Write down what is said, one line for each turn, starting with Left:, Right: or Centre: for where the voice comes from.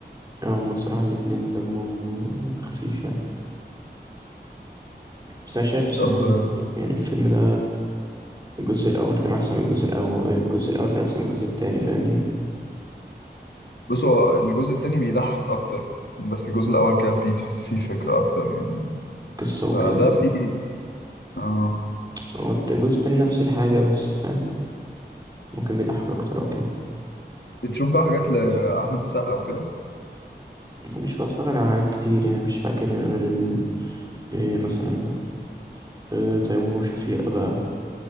Right: هم الصراحة الاتنين دمهم خفيف يعني بس أنا شايف الصراحة
Left: طب
Right: إن يعني الفيلم ده الجزء الأول كان أحسن من الجزء الأول الجزء الأول كان أحسن من الجزء التاني فاهمني
Left: بص هو الجزء التاني بيضحك أكتر بس الجزء الأول كده فيه تحس فيه فكرة أكتر يعني
Right: قصة وكده
Left: فده فيه آه
Right: هو الت- الجزء التاني نفس الحاجة بس فاهم ممكن بيضحك أكتر أو كده
Left: بتشوف بقى حاجات لأحمد السقا وكده
Right: أنا مش بتفرج على حاجات كتير يعني مش فاكر غير ال... إيه مثلا إيه تيمور وشفيقة بقى